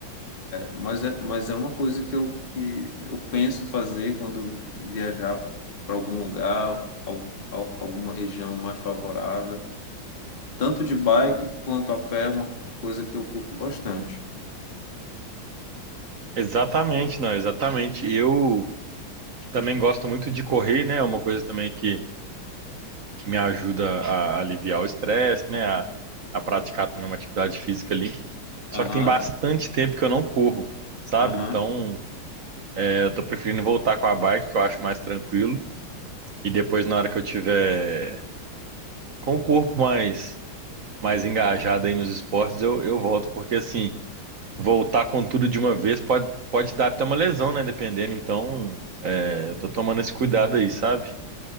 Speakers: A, on the left (about 25°); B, on the right (about 55°).
A: mas é, mas é uma coisa que eu, que eu penso fazer quando eu viajar para algum lugar, al, al- alguma região mais favorável. Tanto de bike quanto a pé é uma coisa que eu curto bastante.
B: exatamente, não, exatamente. Eu também gosto muito de correr, né? É uma coisa também que, que me ajuda a aliviar o estresse, né? A, a praticar também uma atividade física ali.
A: Aham,
B: Só que tem bastante tempo que eu não corro, sabe?
A: aham.
B: Então, é, eu tô preferindo voltar com a bike, que eu acho mais tranquilo E depois, na hora que eu tiver com o corpo mais, mais engajado aí nos esportes, eu, eu volto. Porque, assim, voltar com tudo de uma vez pode, pode dar até uma lesão, né? Dependendo. Então, é, eu tô tomando esse cuidado aí, sabe?